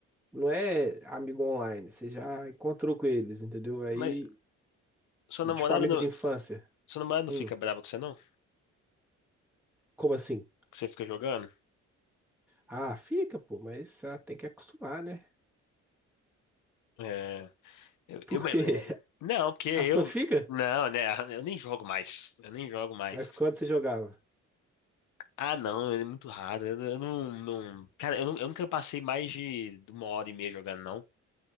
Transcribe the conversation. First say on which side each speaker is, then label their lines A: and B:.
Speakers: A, in the centre; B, on the left.
A: não é amigo online, você já encontrou com eles, entendeu? Aí,
B: Mas sua namorada
A: tipo, amigo
B: não,
A: de infância.
B: sua namorada não
A: Hum,
B: fica brava com você, não?
A: como assim?
B: Que você fica jogando?
A: Ah, fica, pô, mas ah, tem que acostumar, né?
B: É. Eu,
A: Por
B: eu-
A: quê? <laughs>
B: não, porque eu.
A: A sua fica?
B: Não, né? Eu nem jogo mais. Eu nem jogo mais.
A: Mas quando você jogava?
B: Ah, não, é muito raro. Eu, eu não, não. Cara, eu, não- eu nunca passei mais de uma hora e meia jogando, não.